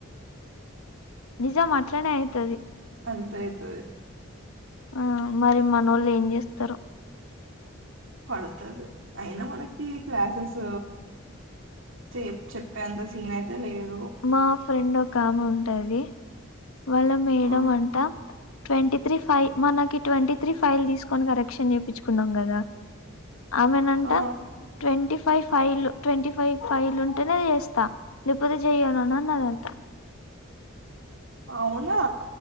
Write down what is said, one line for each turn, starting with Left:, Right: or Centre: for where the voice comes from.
Left: నిజం అట్లనే అవుతుది
Right: అంతయతు
Left: ఆ మరి మన వాళ్ళు ఏం చేస్తారు
Right: పడుతుంది అయినా మనకి క్లాసెస్ చె చెప్పేంత సీన్ అయితే లేదు
Left: మా ఫ్రెండ్ ఒక ఆమె ఉంటది వాళ్ల వేయడం
Right: ఆ
Left: అంట ట్వంటీ త్రీ ఫైవ్ మనకి ట్వంటీ త్రీ ఫైల్ తీసుకొని కరెక్షన్ చేయిించుకున్నాం కదా ఆమెేనంట
Right: ఆ
Left: ట్వంట ఫైవ్ ఫైవ్ల్ ట్వంటీ ఫైవ్ ఫైవ్లు ఉంటేనే చేస్తా లేకపోతే చెయను అన్నదంట
Right: అవునా